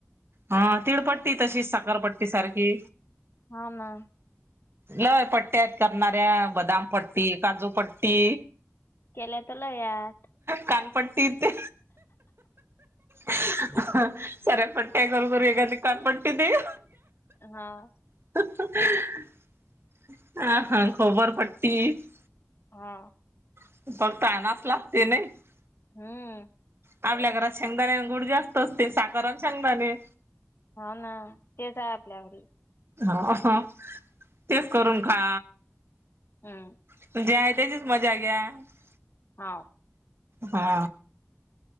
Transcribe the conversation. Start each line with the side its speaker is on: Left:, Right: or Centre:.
Right: हा तीळपट्टी तशीच साखरपट्टी सारखी.
Left: हा ना
Right: लय पट्ट्यात करणाऱ्या बदाम पट्टी काजूपट्टी.
Left: केल्या ल यात.
Right: कानपट्टी ते. सगळ्या पट्या करु करु एखादी कानपट्टि देईल.
Left: हा..
Right: <unintelligible>
Left: हा..
Right: <unintelligible>
Left: हम्म..
Right: आपल्या घरात शेंगदाणे गुड जास्त असते साखर आणि शेंगदाणे.
Left: हो ना तेच आपल्याकडे.
Right: हो तेच करून खा.
Left: हम्..
Right: <unintelligible>
Left: हाव..
Right: हा